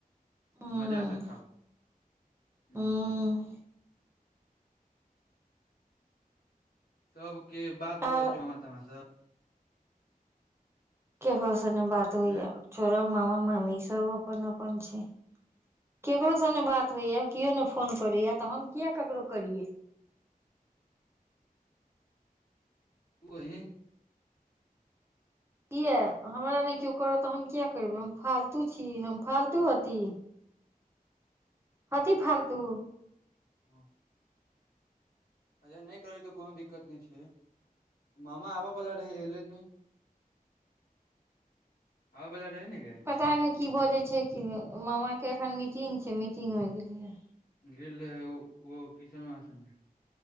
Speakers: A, on the right; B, on the left.
A: हूँ
B: आ मजासँ खाउ ह
A: हूँ
B: तऽ की बात भऽ
A: आर
B: रहल छै, ओमा तोमा से?
A: केकरोसँ बात होइए,
B: ऐं
A: छोरा मामा मामी सभ अपन अपन छै। केकरोसँ नहि बात होइए, केओ नहि फोन करैए, तऽ हम किए ककरो करी?
B: तू हिही <unintelligible>
A: किए, हमरा नहि केओ करत तऽ हम किए करबै? हम फालतू छी, हम फालतू हती। हँसी फालतू।
B: हँ अच्छा, नहि करबै तऽ कोनो दिक्कत नहि छै मामा आब। पल होलैनि। आओ वाला रहै ने कऽ?
A: पता नहि की बजै छै कि मामाके एखन मीटिंग छै, मीटिंगमे गेलियै।
B: गेल रहै ओ, ओ किशन मासमे।